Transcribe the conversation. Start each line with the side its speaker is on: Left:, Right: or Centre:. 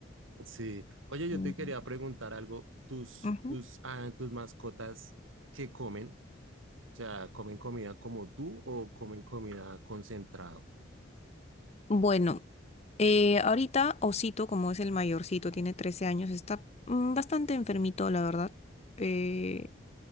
Right: Sí. Oye, yo
Left: Mm.
Right: te quería preguntar algo. ¿Tus,
Left: Ujú.
Right: tus, ah, tus mascotas qué comen? O sea, ¿comen comida como tú o comen comida concentrado?
Left: Bueno,
Right: Sí.
Left: eh, ahorita Osito, como es el mayorcito, tiene 13 años, está mm, bastante enfermito, la verdad. Eh,